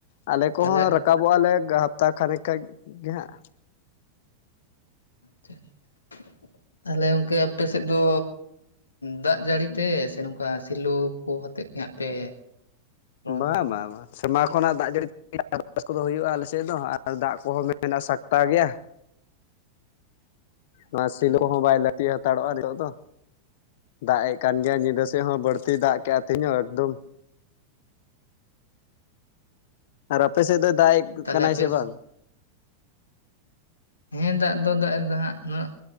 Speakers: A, on the left; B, on the left.
A: ᱟᱞᱮ ᱠᱚᱦᱚᱸ
B: ᱛᱟᱦᱚᱞᱮ
A: ᱨᱟᱠᱟᱵᱚᱜᱼᱟᱞᱮ ᱦᱟᱯᱛᱟ ᱠᱷᱟᱱᱮᱠ ᱠᱷᱟᱱ ᱜᱮ ᱦᱟᱸᱜ
B: <inaudible> ᱛᱟᱦᱞᱮ ᱜᱚᱝᱠᱮ ᱟᱯᱮ ᱥᱮᱫ ᱫᱚ ᱫᱟᱜ ᱡᱟᱹᱲᱤ ᱛᱮ ᱥᱮ ᱱᱚᱝᱠᱟ ᱥᱮᱞᱚ ᱠᱚ ᱦᱚᱛᱮᱫ ᱜᱮ ᱦᱟᱸᱜ ᱯᱮ ᱨᱚᱦᱚᱭ
A: ᱵᱟᱝ
B: ᱵᱟᱲᱟᱭᱟ?
A: ᱵᱟᱸ ᱵᱟᱸ ᱥᱮᱨᱢᱟ ᱠᱷᱚᱱᱟᱜ ᱫᱟᱜ ᱡᱟᱹᱲᱤ ᱪᱟᱥᱵᱟᱥ ᱠᱚᱫᱚ ᱦᱩᱭᱩᱜᱼᱟ ᱟᱞᱮ ᱥᱮᱫ ᱫᱚ ᱟᱨ ᱫᱟᱜ ᱠᱚᱦᱚᱸ ᱢᱮᱱᱟᱜᱼᱟ ᱥᱟᱠᱛᱟ ᱜᱮᱭᱟ
B: <inaudible>
A: ᱚᱱᱟ
B: ᱟᱪᱪᱷᱟ
A: ᱥᱤᱞᱳ ᱠᱚᱦᱚᱸ ᱵᱟᱭ ᱞᱟᱹᱠᱛᱤ ᱦᱟᱛᱟᱲᱚᱜᱼᱟ ᱱᱤᱛᱚᱜ ᱫᱚ ᱫᱟᱜ ᱮ ᱠᱟᱱ ᱜᱮᱭᱟ ᱧᱤᱫᱟᱹ ᱥᱮᱜ ᱦᱚᱸ ᱵᱟᱹᱲᱛᱤ ᱫᱟᱜ ᱠᱮᱜᱼᱟ ᱛᱤᱦᱤᱧ ᱦᱚᱸ ᱮᱠᱫᱚᱢ ᱟᱨ ᱟᱯᱮ
B: ᱟᱪᱪᱷᱟ
A: ᱥᱮᱫ ᱫᱚᱭ ᱫᱟᱜ
B: ᱟᱪᱪᱷᱟ
A: ᱮ
B: ᱛᱟᱦᱚᱞᱮ
A: ᱠᱟᱱᱟᱭ
B: ᱟᱯᱮ
A: ᱥᱮ ᱵᱟᱝ
B: ᱦᱮᱸ ᱫᱟᱜ ᱫᱚ ᱫᱟᱜᱼᱮ ᱫᱟ ᱦᱟᱸᱜ ᱩᱱᱟᱹᱜ